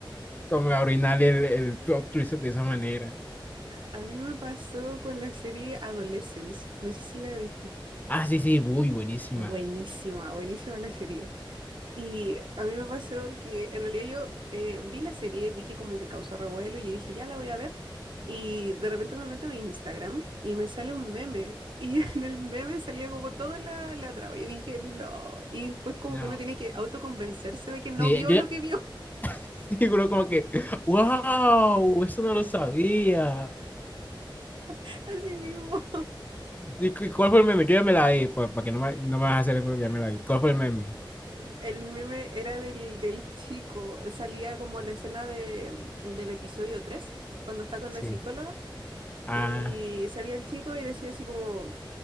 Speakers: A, on the left; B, on the right.
A: Como arruinar el, el plot twist de esa manera.
B: A mí me pasó con la serie Adolescence, no sé si la viste.
A: Ah, sí, sí, muy buenísima.
B: Buenísima, buenísima la serie. Y a mí me pasó que en realidad yo eh, vi la serie, vi que como que causó revuelo y yo dije, ya la voy a ver. Y de repente me meto a Instagram y me sale un meme. Y <laughs> en el meme salía como toda la, la trama. Yo dije, no. Y fue como
A: No.
B: que uno tiene que autoconvencerse de que no
A: Sí,
B: vio
A: yo
B: lo
A: ya-
B: que vio.
A: <laughs> seguro como que, wow, eso no lo sabía.
B: <laughs> Así mismo.
A: ¿Y cu- cuál fue el meme? Yo ya me la vi, para que no me, no me vas a hacer el que ya me la vi. ¿Cuál fue el meme?
B: Mm, El meme era del, del chico. Salía como la escena de, mm, del episodio 3 cuando está con
A: Sí.
B: la psicóloga.
A: Ah.
B: Y salía el chico y decía así como...